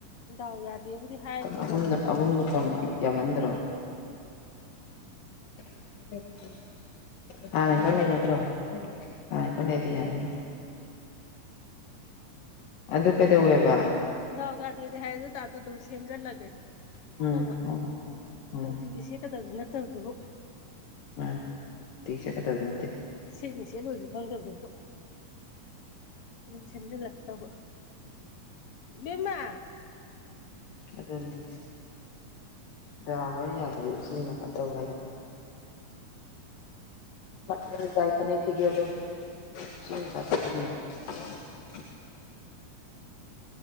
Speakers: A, on the left; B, on the left.
A: ꯗꯥꯎ ꯌꯥꯗꯦꯕꯨꯗꯤ ꯍꯥꯏꯌꯦꯕꯀꯣ
B: ꯑꯍꯨꯝ ꯑꯍꯨꯝꯅ ꯀꯣꯟꯅ ꯌꯥꯝꯃꯟꯗ꯭ꯔꯣ <inaudible> ꯍꯥꯟꯅ ꯈꯔ ꯂꯩ ꯅꯠꯇ꯭ꯔꯣ ꯍꯥꯟꯅꯩ ꯈꯔ ꯂꯩꯗꯤ ꯌꯥꯅꯤ ꯑꯗꯨ ꯀꯩꯗꯧꯋꯦꯕ
A: ꯒꯥꯎ ꯗꯦꯗꯤ ꯍꯥꯏꯗ ꯑꯣꯏ ꯇꯁꯨ ꯑꯗꯨꯝ ꯁꯦꯝꯖꯤꯜꯂꯒꯦ
B: ꯎꯝ
A: ꯇꯧꯕ
B: ꯍꯣꯏ ꯎꯝ
A: ꯅꯨꯡꯇꯤꯒꯤ ꯁꯦꯀꯗꯕꯁꯨ ꯅꯠꯇꯕꯗꯨꯕꯨ
B: ꯃꯥꯅꯤ ꯅꯨꯡꯇꯤꯒꯤ ꯆꯠꯀꯗꯕꯗꯤ ꯅꯠꯇꯦ
A: ꯁꯤꯅꯤꯆꯦ ꯂꯣꯏꯁꯨ ꯈꯪꯗꯕꯗꯀꯣ ꯁꯦꯝꯖꯜꯂ ꯇꯧꯕ ꯕꯤꯃ
B: ꯑꯗꯨꯅꯦ ꯗꯥ ꯍꯣꯏ ꯌꯥꯗ꯭ꯔꯗꯤ ꯎꯆꯤꯅ ꯀ ꯇꯧꯋꯦ ꯍꯥꯏꯗꯅ ꯃ ꯀꯥꯏ ꯐꯅꯦꯦꯛ ꯇꯤꯒꯌꯣꯣ <unintelligible>
A: <inaudible>